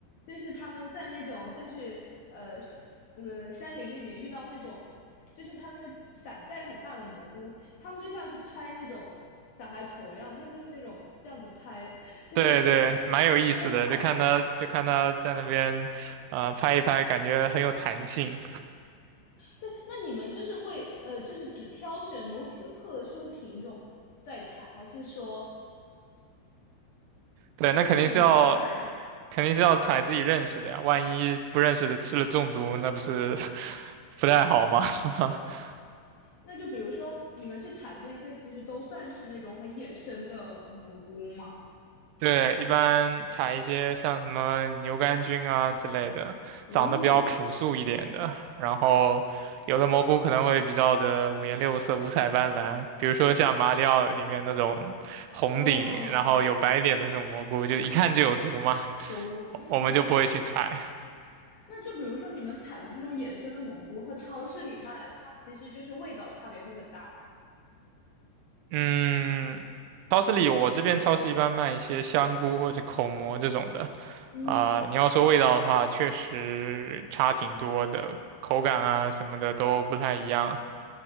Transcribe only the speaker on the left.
就是他们在那种像是呃呃山林里面遇到那种，就是他那个伞盖很大的蘑菇，他们就像是拍那种小孩头一样，他就是那种这样子拍，就是
<laughs>
就很好玩。
对，那你们就是会呃，就是只挑选某几个特殊品种在采，还是说
就是你们不太
那就比如说你们去采的那些，其实都算是那种很野生的蘑菇嘛？
哦，
嗯，
都，嗯，
那就比如说你们采的这种野生的蘑菇和超市里卖的，它其实就是味道差别会很大吗？
嗯，